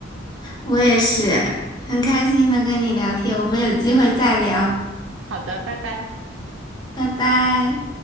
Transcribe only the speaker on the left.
我也是很开心能跟你聊天，我们有机会再聊，
拜拜。